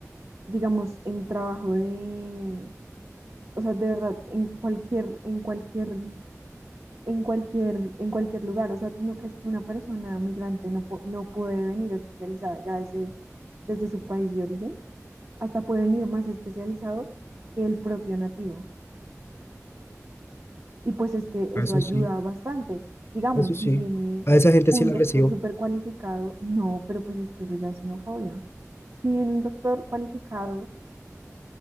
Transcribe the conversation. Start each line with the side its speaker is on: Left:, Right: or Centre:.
Right: digamos, en trabajo de, o sea, de verdad, en cualquier, en cualquier, en cualquier, en cualquier lugar, o sea, ¿tú no crees que una persona migrante no, pu- no puede venir especializada ya desde, desde su país de origen? Hasta puede venir más especializado que el propio nativo. Y pues es que eso
Left: Ah, Eso
Right: ayuda
Left: sí,
Right: bastante. Digamos,
Left: eso sí.
Right: si viene
Left: A esa gente
Right: un
Left: sí la
Right: doctor
Left: recibo,
Right: súper cualificado, no, pero pues es que eso ya es xenofobia. Si viene un doctor cualificado,